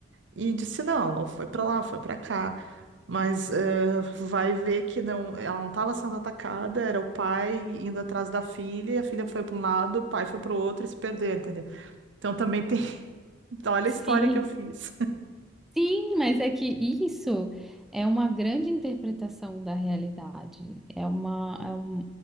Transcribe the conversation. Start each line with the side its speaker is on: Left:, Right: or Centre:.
Right: E disse, não, não foi para lá, foi para cá. Mas eh, vai ver que não, ela não estava sendo atacada, era o pai indo atrás da filha, e a filha foi para um lado, o pai foi para o outro e se perdeu, entendeu? Então também tem. <laughs> Então, olha a história
Centre: Sim,
Right: que eu fiz. <laughs>
Centre: sim, mas é que isso é uma grande interpretação da realidade. É uma, é um,